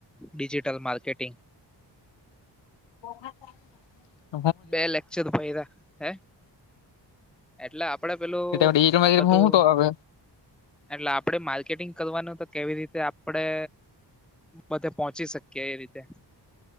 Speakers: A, in the centre; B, on the left (about 85°).
A: ડિજિટલ માર્કેટિંગ
B: બા. <inaudible>
A: બે લક્ચર પાઈરા હે. એટલે આપડે પેલું
B: ડિજિટલ માર્કેટિંગ
A: બધું
B: હું હું તો આવે
A: એટલે આપડે માર્કેટિંગ કરવાનું તો કેવી રીતે આપડે બધે પહોંચી શકીએ એ રીતે,